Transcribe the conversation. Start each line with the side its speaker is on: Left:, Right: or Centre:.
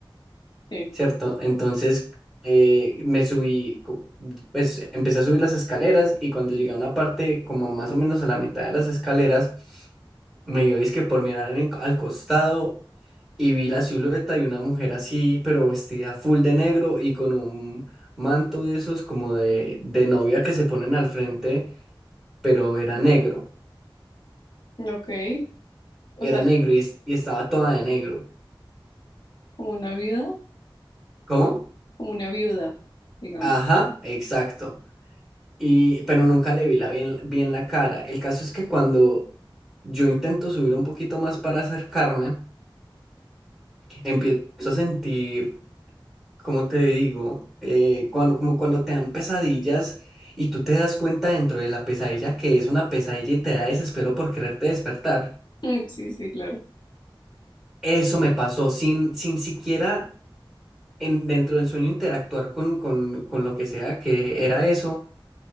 Left: sí.
Centre: ¿cierto? Entonces eh, me subí, co- pues empecé a subir las escaleras y cuando llegué a una parte como más o menos a la mitad de las escaleras, me dio es que por mirar en- al costado y vi la silueta de una mujer así, pero vestida full de negro y con un manto de esos como de, de novia que se ponen al frente, pero era negro,
Left: Ok, o
Centre: era
Left: sea,
Centre: negro y, es- y estaba toda de negro.
Left: como una viuda,
Centre: ¿Cómo?
Left: como una viuda, digamos.
Centre: Ajá, exacto. Y, pero nunca le vi la bien, bien la cara. El caso es que cuando yo intento subir un poquito más para acercarme, empiezo a sentir, como te digo, Eh, cuando, como cuando te dan pesadillas y tú te das cuenta dentro de la pesadilla que es una pesadilla y te da desespero por quererte despertar.
Left: <laughs> Sí, sí, claro.
Centre: Eso me pasó sin, sin siquiera en, dentro del sueño interactuar con, con, con lo que sea que era eso.